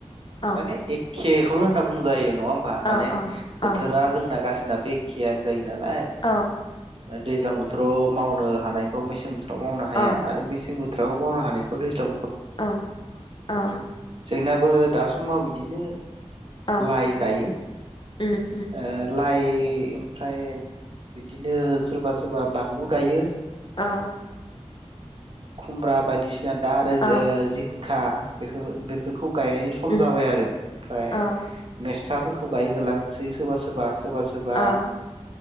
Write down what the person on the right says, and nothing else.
माने एखे खौनो होनना बुंजायो। नङा होमबा माने
बोथोरा
जोंना गासिना बे खेयानो जायो नालाय।
दैज्लां बो थोराव' मावनो हानायखौ मेसें बोथोराव मावनो हाया
आरो मेसें बोथोराव मावनो हानाय खौ दैज्ला
जोंनाबो दा समाव बिदिनो
लाइ गायो
ओ लाइ ओमफ्राय बिदिनो सोरबा सोरबा बानलु गायो।
खुमब्रा बायदिसि दा आरो
जो-जिंखा बेफोर बेफोरखौ गायनायनि सम
जाबाय आरो ओमफ्राय
थाफोरखौ गायहो होलाङो। सै सोरबा सोरबा सोरबा सोरबा